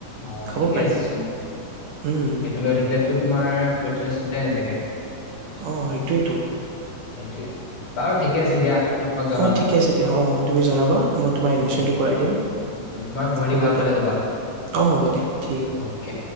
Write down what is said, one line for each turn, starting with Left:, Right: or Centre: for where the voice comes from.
Left: অ
Right: খাব
Left: ঠিকে
Right: পাৰি
Left: আছে চোন,
Right: উম
Left: সেইটো লৈ থাকিলেতো তোমাৰ প্ৰটিনৰ চিন্তাই নাথাকে। কে <unintelligible>
Right: অ সেইটোৱেতো
Left: সেইটোৱে বাৰু ঠিকে আছে দিয়া, মই তোমাক জনাম
Right: অ ঠিকে আছে দিয়া অ তুমি জনাবা মই তোমাৰ এডমিশ্যনটো
Left: অকে
Right: কৰাই দিম
Left: উম উম তোমাৰ ভৰি
Right: হ'ব
Left: ভাল
Right: দিয়া
Left: পালে কবা।
Right: অ হ'ব দিয়া ঠিক আছে।
Left: অকে।